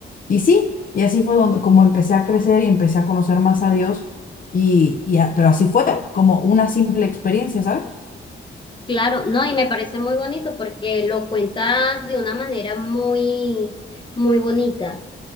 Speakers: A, on the left; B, on the left.
A: Y sí, y así fue donde como empecé a crecer y empecé a conocer más a Dios y, y a- pero así fue como una simple experiencia, ¿sabes?
B: Claro, no, y me parece muy bonito porque lo cuentas de una manera muy, muy bonita.